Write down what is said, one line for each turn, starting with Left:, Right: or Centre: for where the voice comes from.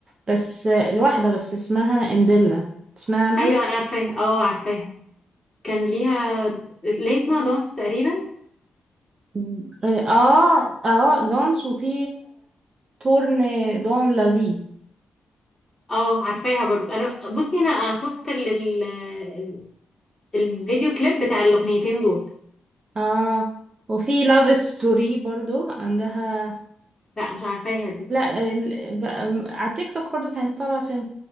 Right: بس الواحده بس اسمها انديلا تسمع عنها
Left: ايوه انا عارفاها اه عارفاها كان ليها ليه اسمها دونس تقريبا
Right: مم. اه اه دانس وفي تورن دون لافي
Left: اه عارفاها برضو انا بصي انا أنا شفت ال... ال- الفيديو كليب بتاع الاغنيتين دول
Right: اه وفي لاف ستوري برضو عندها
Left: لا مش عارفاها دي
Right: لا ال... بقى... م- على التيك توك برضو كانت طالعة عشان